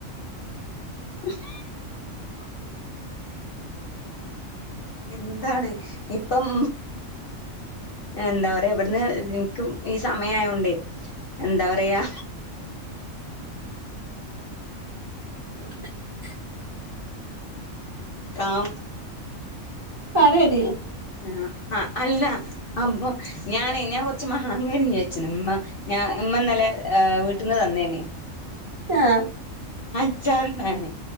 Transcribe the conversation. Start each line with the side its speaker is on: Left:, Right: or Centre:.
Left: <inaudible> എന്താണ് ഇപ്പം എന്താ പറയാ വിടന്ന് എനിക്ക് ഈ സമയയോണ്ട് എന്താ പറയാ
Right: <inaudible>
Left: കാം
Right: പറയടി
Left: ആ ആ അല്ല അപ്പൊ ഞാനേ ഞാൻ കുറച്ച് മഹാങ്കരി ചോയിച്ചന ഇമ്മ ഞാൻ ഉമ്മന്നല്ലെ വീട്ടിന്ന് തന്നേന
Right: ആ
Left: അച്ചാറിടാന്